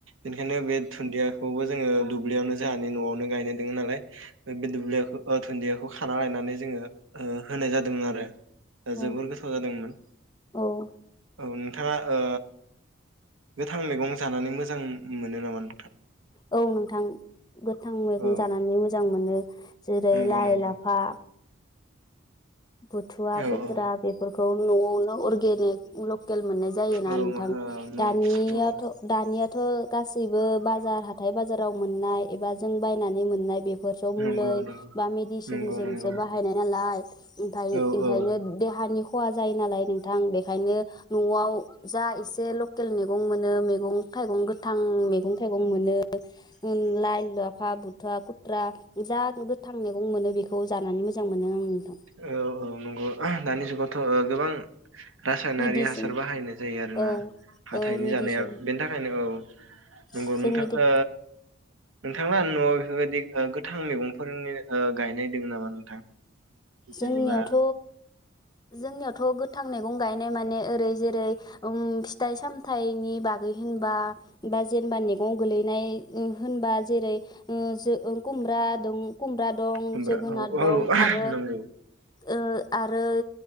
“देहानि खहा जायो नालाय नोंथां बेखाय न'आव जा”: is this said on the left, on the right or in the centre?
Left